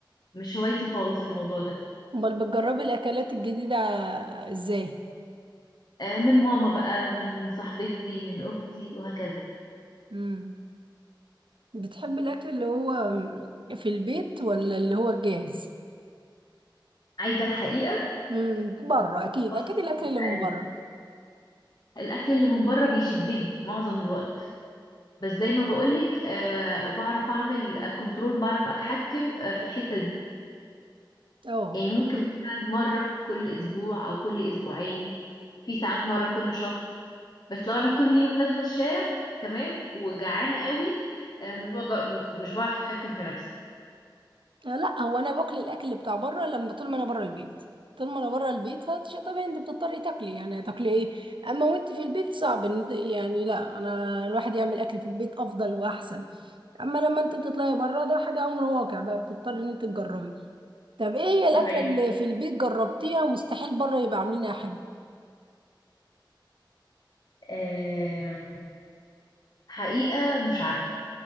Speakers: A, on the left; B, on the right.
A: مش هوايتي خالص الموضوع ده
B: امال بتجربي الاكلات الجديده ازاي
A: آه، من ماما بقى من صاحبتي من اختي وهكذا
B: امم بتحبي الاكل اللي هو في البيت ولا اللي هو الجاهز
A: عايزه الحقيقه
B: امم بره اكيد
A: فاست
B: اكيد الاكل
A: فود
B: اللي من
A: ايوه
B: بره
A: الاكل اللي من بره بيشدني معظم الوقت بس زي ما بقولك آه بعرف اعمل كنترول بعرف اتحكم آه في الحته دي
B: اه
A: يعني ممكن مثلا مره كل اسبوع او كل اسبوعين في ساعات مره كل شهر بس لو انا كل يوم نازله الشارع تمام وجعانه قوي آه مش بقدر مش بعرف اتحكم في نفسي
B: آه، لا هو انا باكل الاكل بتاع بره لما طول ما انا بره البيت طول ما انا بره البيت فشيء طبيعي انت بتضطري تاكلي يعني تاكلي ايه اما وانت في البيت صعب إن- يعني لا انا الواحد يعمل اكل في البيت افضل واحسن اما لما انت بتطلعي بره ده حاجه امر واقع بقى بتضطري ان انت تجربي طب ايه هي الاكله
A: صحيح
B: اللي في البيت جربتيها ومستحيل بره يبقى عاملينها حلو
A: آه حقيقه مش عارفه